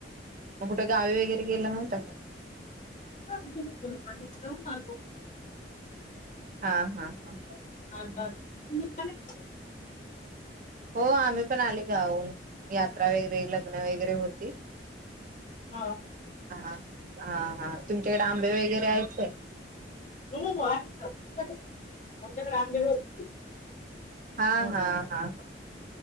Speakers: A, on the right; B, on the left.
A: मग कुठे गावी वगैरे गेला नव्हता का?
B: हां गेलो होतो ना माहेरी जाऊन आलो
A: हां हां हां
B: आठ दहा दिवस तुम्ही आल्या का जाऊन?
A: हो आम्ही पण आले गावाहून यात्रा वगैरे, लग्न वगैरे होती.
B: हां
A: हां हां हां तुमच्याकडे आंबे वगैरे आहेत काय?
B: हो आहेत ना तुमच्याकडे आमच्याकड आंबे भरपूर
A: हां
B: आहे.
A: हां हां